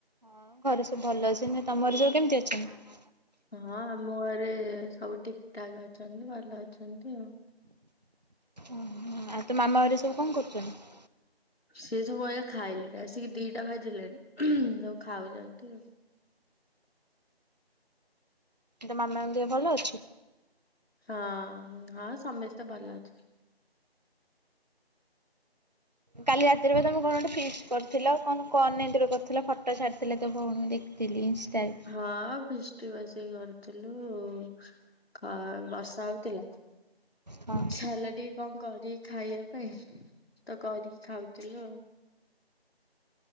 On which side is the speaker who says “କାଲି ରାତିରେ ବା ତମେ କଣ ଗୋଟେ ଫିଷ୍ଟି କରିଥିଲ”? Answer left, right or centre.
Right